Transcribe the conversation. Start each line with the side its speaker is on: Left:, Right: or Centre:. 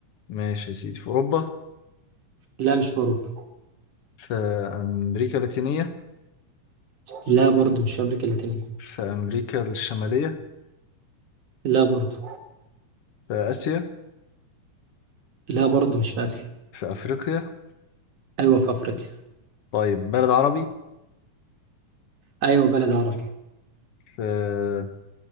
Left: ماشي يا سيدي في أوروبا
Right: لا مش في أوروبا
Left: في أمريكا اللاتينية
Right: لا برضه مش في أمريكا اللاتينية
Left: في أمريكا الشمالية
Right: لا برضه
Left: في آسيا
Right: لا برضه مش في آسيا
Left: في أفريقيا
Right: أيوه في أفريقيا
Left: طيب بلد عربي
Right: أيوه بلد عربي
Left: في